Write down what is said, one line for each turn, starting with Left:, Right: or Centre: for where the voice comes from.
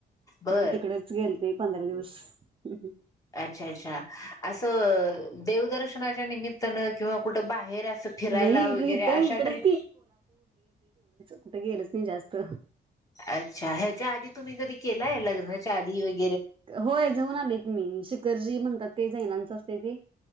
Left: बर
Right: मग तिकडेच गेलते पंधरा दिवस हू हू
Left: अच्छा अच्छा असं देवदर्शनाय च्या निमित्तानं किंवा कुठं बाहेर असं फिरायला
Right: नाही
Left: वगैरे
Right: इथ इकडच
Left: अशा ट्रीप
Right: कुठं गेलच नाही जास्त
Left: अच्छा ह्याच्या आधी तुम्ही कधी केलय लग्नाच्या आधी वगैरे
Right: होय जाऊन आले की मी तशी शिखरजी म्हणतात ते जैनांच असते ते